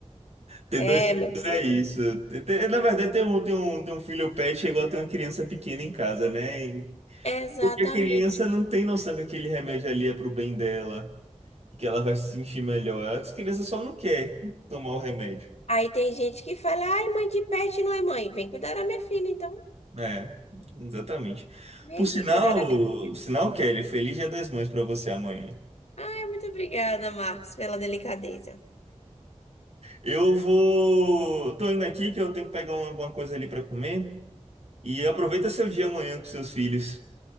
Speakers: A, on the right; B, on the left.
A: Ter
B: É,
A: dois
B: meu
A: filhos
B: filho.
A: é isso. Ter- ter- na verdade, ter um, ter um, ter um filho pet é igual ter uma criança pequena em casa, né? E-
B: Exatamente.
A: Porque a criança não tem noção que aquele remédio ali é pro bem dela. que ela vai se sentir melhor. As crianças só não quer tomar o remédio.
B: Aí tem gente que fala, ai, mãe de pet não é mãe. Vem cuidar da minha filha, então.
A: É, exatamente.
B: Vem
A: Por sinal,
B: aqui cuidar da minha filha.
A: sinal, Kelly, feliz Dia das Mães pra você amanhã.
B: Ai, muito obrigada, Marcos, pela delicadeza.
A: Eu vou, tô indo aqui que eu tenho que pegar um- alguma coisa ali pra comer e aproveita seu dia amanhã com seus filhos.